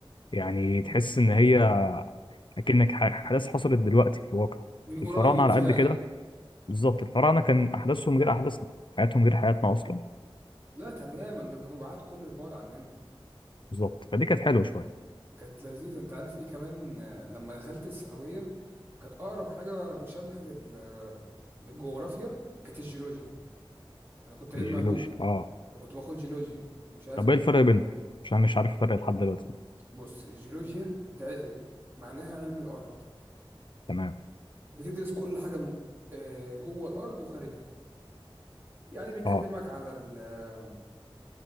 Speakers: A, on the left; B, on the right.
A: يعني تحس ان هي لكنك ح- احداث حصلت دلوقتي في الواقع
B: من قريب
A: الفراعنه على
B: فعلا
A: قد كده بالظبط الفراعنه كان احداثهم غير احداثنا حياتهم غير حياتنا اصلا
B: لا تماما دول كانوا بعاد كل البعد عننا
A: بالظبط فدي كانت حلوه شويه
B: كانت لذيذة انت عارف ايه كمان آه، لما دخلت الثانوية كانت اقرب حاجة مشابهة لل آه، للجغرافيا كانت الجيولوجيا انا كنت علمي
A: الجيولوجيا
B: علوم
A: اه
B: فكنت باخد جيولوجيا مش عارف
A: طب
B: انت
A: ايه الفرق بينهم عشان مش عارف الفرق لحد دلوقتي
B: بص الجيولوجيا ده معناها علم الارض
A: تمام
B: بتدرس كل حاجة من آه، جوه الأرض وخارجها يعني بيكلمك
A: اه
B: على ال آه،